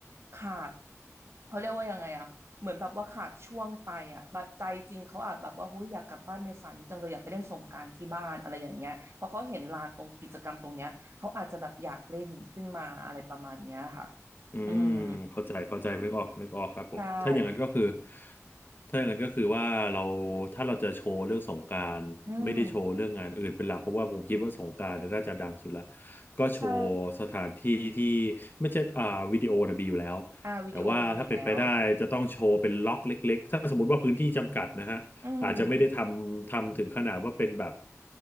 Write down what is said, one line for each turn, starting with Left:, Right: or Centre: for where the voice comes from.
Right: ขาด เขาเรียกว่ายังไงอะเหมือนแบบว่าขาดช่วงไปอะแบบใจจริงเขาอาจแบบว่าหุ้ยอยากกลับบ้านเมษานี้จังเลยอยากไปเล่นสงกรานต์ที่บ้านอะไรอย่างเงี้ยพอเขาเห็นลานตรงกิจกรรมตรงเนี้ยเขาอาจจะแบบอยากเล่นขึ้นมาอะไรประมาณเนี้ยค่ะ
Left: อืมเข้าใจเข้าใจนึกออกนึกออกครับผมถ้าอย่างนั้นก็คือ
Right: อืมใช่
Left: ถ้าอย่างนั้นก็คือว่าเราถ้าเราจะโชว์เรื่องสงกรานต์ไม่ได้โชว์เรื่องงานอื่นเป็นหลักเพราะว่าผมคิดว่าสงกรานต์เนี่ยน่าจะดังสุดละ
Right: อืม
Left: ก็โชว์สถานที่ที่
Right: ใช่
Left: ไม่ใช่อ่าวิดีโอนะมีอยู่แล้ว
Right: อ่าวิดีโอมีอยู่แล้ว
Left: แต่ว่าถ้าเป็นไปได้จะต้องโชว์เป็นล็อกเล็กๆถ้าสมมติว่าพื้นที่จำกัดนะฮะ
Right: อืม
Left: อาจจะไม่ได้ทำทำถึงขนาดว่าเป็นแบบ